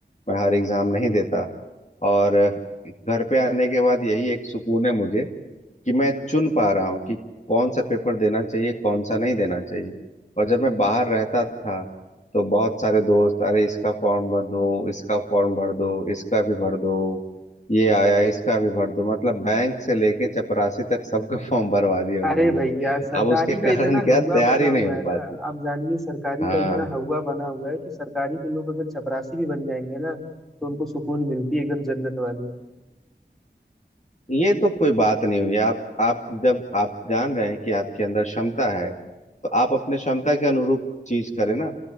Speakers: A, on the left; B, in the centre.
A: मैं हर एग्जाम नहीं देता और घर पे आने के बाद यही एक सुकून है मुझे कि मैं चुन पा रहा हूँ कि कौन सा पेपर देना चाहिए कौन सा नहीं देना चाहिए और जब मैं बाहर रहता था तो बहुत सारे दोस्त अरे इसका फॉर्म भर दो इसका फॉर्म भर दो इसका भी भर दो ये आया इसका भी भर दो मतलब बैंक से लेके चपरासी तक सबका <laughs> फॉर्म भरवा दिया
B: अरे
A: उन्होंने
B: भैया सरकारी
A: अब उसके
B: का
A: कारण
B: इतना हवा
A: क्या तैयारी
B: बना हुआ
A: नहीं हो
B: है ना
A: पाती
B: आप जानिए सरकारी
A: हाँ
B: का इतना हवा बना हुआ है कि सरकारी में लोग अगर चपरासी भी बन जाएंगे ना तो उनको सुकून मिलती है एकदम जन्नत वाली
A: ये तो कोई बात नहीं हुई आप आप जब आप जान रहे हैं कि आपके अंदर क्षमता है तो आप अपने क्षमता के अनुरूप चीज करें ना